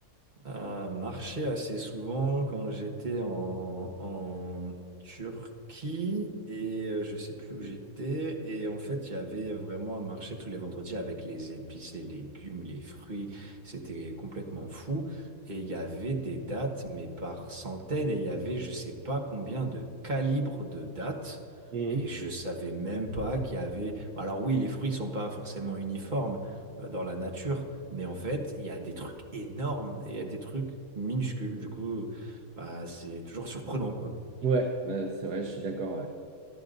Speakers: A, on the right; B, on the right.
A: un marché assez souvent quand j'étais en, en Turquie et euh, je sais plus où j'étais. Et en fait, il y avait vraiment un marché tous les vendredis avec les épices, les légumes, les fruits. C'était complètement fou. Et il y avait des dates, mais par centaines, et il y avait je sais pas combien de calibres de dates.
B: Mhm.
A: Et je savais même pas qu'il y avait. bah, Alors oui, les fruits sont pas forcément uniformes euh, dans la nature, mais en fait, il y a des trucs énormes et il y a des trucs minuscules. Du coup, bah, c'est toujours surprenant, quoi.
B: Ouais, euh, c'est vrai, je suis d'accord, ouais.